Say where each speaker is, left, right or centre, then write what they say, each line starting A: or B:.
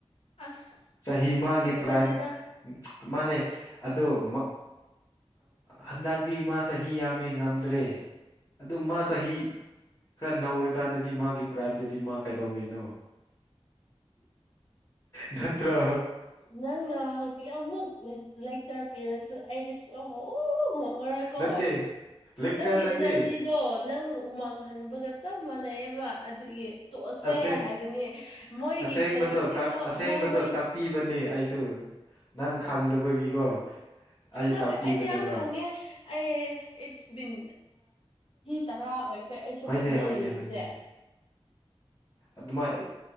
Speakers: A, on the left; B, on the left.
A: ꯑꯁ
B: ꯆꯍꯤ
A: ꯑꯁꯤ
B: ꯃꯒꯤ
A: ꯈꯛꯇ
B: ꯄ꯭ꯔꯥꯏꯝ
A: ꯅꯠꯇꯦꯗ
B: ꯎ ꯃꯥꯅꯦ ꯑꯗꯣ ꯍꯟꯗꯛꯗꯤ
A: ꯑꯁ
B: ꯃꯥ ꯆꯍꯤ ꯌꯥꯝꯃꯦ ꯉꯝꯗ꯭ꯔꯦ ꯑꯗꯨ ꯃꯥ ꯆꯍꯤ ꯈꯔ ꯅꯧꯔꯤꯀꯥꯟꯗꯗꯤ ꯃꯥꯒꯤ ꯄ꯭ꯔꯥꯏꯝꯗꯗꯤ ꯃꯥ ꯀꯩꯗꯧꯔꯤꯅꯣ ꯅꯠꯇ꯭ꯔ
A: ꯅꯪꯅ ꯀꯌꯥꯃꯨꯛ ꯂꯥꯏꯆꯔꯒꯦ ꯑꯩꯗꯤ ꯑꯣ ꯑꯣ ꯃꯔ ꯀꯣ
B: ꯅꯠꯇꯦ ꯂꯦꯛꯆꯔ
A: ꯅꯪꯒꯤ
B: ꯅꯠꯇꯦ
A: ꯑꯦꯅꯔꯖꯤꯗꯣ ꯅꯪ ꯎꯃꯥꯡꯍꯟꯕꯒ ꯃꯥꯟꯅꯩꯌꯦꯕ ꯑꯗꯨꯒꯤ ꯇꯣꯛꯑꯁꯦ
B: ꯑꯁꯦ
A: ꯍꯥꯏꯕꯅꯤ ꯃꯣꯏꯒꯤ
B: ꯑꯁꯦꯡꯕꯗꯣ
A: ꯄ꯭ꯂꯦꯌꯔꯁꯤꯡꯗꯣ
B: ꯇꯥꯛ ꯑꯁꯦꯡꯕꯗꯣ
A: ꯃꯣꯏ ꯃꯣꯏ
B: ꯇꯥꯛꯄꯤꯕꯅꯦ ꯑꯩꯁꯨ ꯅꯪ ꯈꯪꯗꯕꯒꯤꯀꯣ ꯑꯩ
A: ꯅꯠꯇꯦ
B: ꯇꯥꯛꯄꯤꯕꯅꯦꯕ
A: ꯑꯩꯅ ꯌꯥꯝ ꯈꯪꯉꯦ ꯑꯩ ꯏꯠꯁ ꯕꯤꯟ ꯇꯔꯥ ꯑꯣꯏꯈꯔꯦ ꯑꯩꯁꯨ
B: ꯍꯣꯏꯅꯦ
A: ꯐꯨꯠꯕꯣꯜ
B: ꯍꯣꯏꯅꯦ
A: ꯌꯦꯡꯕꯁꯦ
B: ꯍꯣꯏꯅꯦ ꯑꯗꯨꯃꯥꯏ